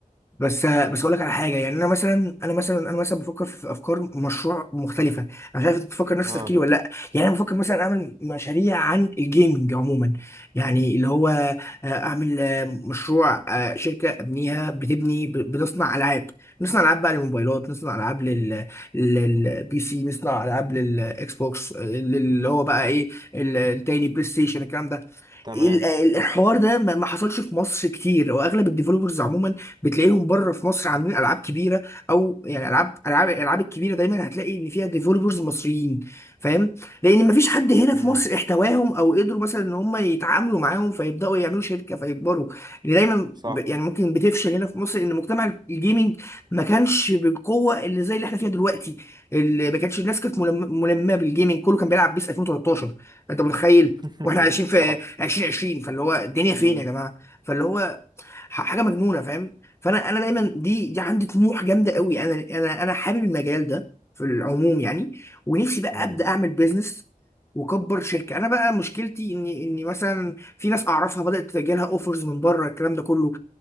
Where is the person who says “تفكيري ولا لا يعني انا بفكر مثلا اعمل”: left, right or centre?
Left